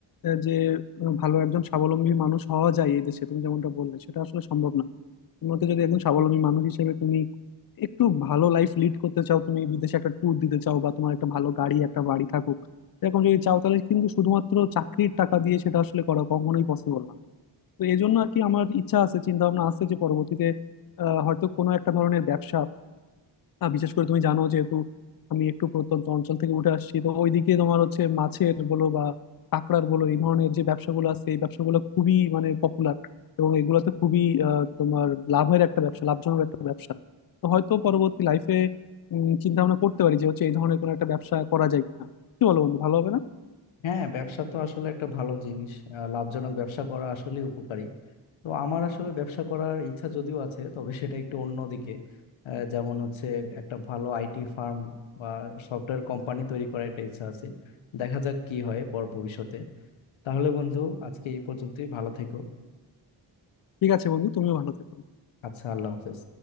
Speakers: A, on the left; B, on the left.
A: আহ, যে আহ, ভালো একজন স্বাবলম্বী মানুষ হওয়া যায় এই দেশে তুমি যেমনটা বললে সেটা আসলে সম্ভব না তোমার মতে যদি একজন স্বাবলম্বী মানুষ হিসেবে তুমি একটু ভালো লাইফ লিড করতে চাও তুমি বিদেশে একটা ট্যুর দিতে চাও বা তোমার একটা ভালো গাড়ি একটা বাড়ি থাকুক এরকম যদি চাও তাহলে কিন্তু শুধুমাত্র চাকরির টাকা দিয়ে সেটা আসলে করা কখনোই পসিবল না তো এই জন্য আর কি আমার ইচ্ছা আছে চিন্তা ভাবনা আছে যে পরবর্তীতে আহ, হয়তো কোনো একটা ধরনের ব্যবসা আহ, বিশেষ করে তুমি জানো যেহেতু আমি একটু প্রত্যন্ত অঞ্চল থেকে উঠে আসছি তো ওইদিকে তোমার হচ্ছে মাছের বলো বা কাঁকড়ার বলো এই ধরনের যে ব্যবসাগুলো আছে এই ব্যবসাগুলো খুবই মানে পপুলার এবং এগুলোতে খুবই আহ, তোমার লাভের একটা ব্যবসা লাভজনক একটা ব্যবসা তো হয়তো পরবর্তী লাইফে চিন্তা ভাবনা করতে পারি যে হচ্ছে এই ধরনের কোনো একটা ব্যবসা করা যায় কিনা কি বলো বন্ধু ভালো হবে না
B: হ্যাঁ ব্যবসা তো আসলে একটা ভালো জিনিস আহ, লাভজনক ব্যবসা করা আসলে উপকারী তো আমার আসলে ব্যবসা করার ইচ্ছা যদিও আছে তবে সেটা একটু অন্যদিকে আহ, যেমন হচ্ছে একটা ভালো আইটি ফার্ম বা সফটওয়্যার কোম্পানি তৈরি করার একটা ইচ্ছা আছে দেখা যাক কি হয় পর ভবিষ্যতে তাহলে বন্ধু আজকে এই পর্যন্তই ভালো থেকো
A: ঠিক আছে বন্ধু তুমিও ভালো থেকো
B: আচ্ছা আল্লাহ হাফেজ